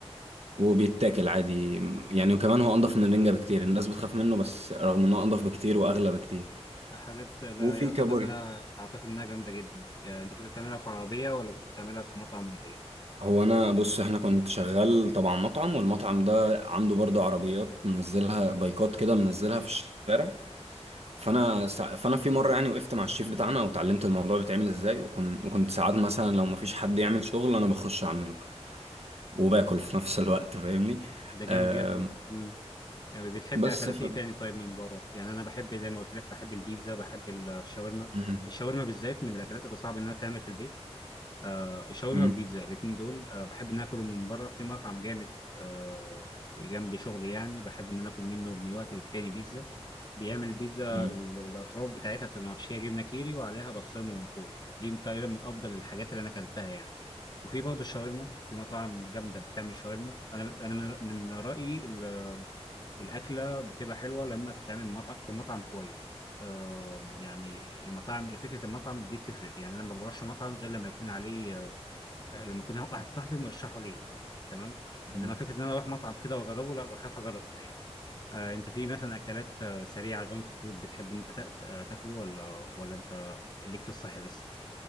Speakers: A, on the right; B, on the left.
A: وبيتاكل عادي يعني وكمان هو انضف من الرنجة بكتير الناس بتخاف منه بس رغم انه انضف بكتير واغلى بكتير
B: حاجات لا
A: وفي
B: يعتقد
A: كابوريا
B: انها اعتقد انها جامده جدا يعني انت كنت بتعملها في عربيه ولا كنت بتعملها في مطعم ولا ايه
A: هو انا بص احنا كنت شغال طبعا مطعم والمطعم ده عنده برضه عربيات منزلها بايكات كده منزلها في الشارع فانا سع... فانا في مره يعني وقفت مع الشيف بتاعنا وتعلمت الموضوع بيتعمل ازاي وكنت وكنت ساعات مثلا لو مفيش حد يعمل شغل انا بخش اعمله وباكل في نفس الوقت فاهمني
B: ده جامد
A: آم،
B: جدا امم يعني بتحب
A: بس
B: اكلات
A: ف...
B: ايه تاني طيب من بره يعني انا بحب زي ما قلت لك بحب البيتزا بحب الشاورما
A: مم.
B: الشاورما بالذات من الاكلات اللي صعب انها تعمل في البيت آه الشاورما
A: مم.
B: والبيتزا الاثنين دول آه بحب ان اكلهم من بره في مطعم جامد آه جنب شغلي يعني بحب ان أنا اكل منه من وقت للتاني بيتزا بيعمل بيتزا
A: مم.
B: ال- الاطراف بتاعتها بتبقى محشيه جبنه كيري وعليها بسطرمه من فوق دي تقريبا من افضل الحاجات اللي انا اكلتها يعني وفي برضه الشاورما في مطاعم جامده بتعمل شاورما انا انا من من رايي ال- الاكله بتبقى حلوه لما تتعمل من مطعم في مطعم كويس آه يعني المطاعم فكره المطعم دي بتفرق يعني انا ما بروحش مطعم غير لما يكون عليه آه، آه، لما يكون واحد صاحبي مرشحه ليا تمام
A: مم.
B: انما فكره ان انا اروح مطعم كده واجربه لا بخاف اجرب الحاجه. آه، انت في مثلا اكلات آه، سريعه جانك فود بتحب ان انت تا- آه، تاكله ولا ولا انت ليك في الصحي بس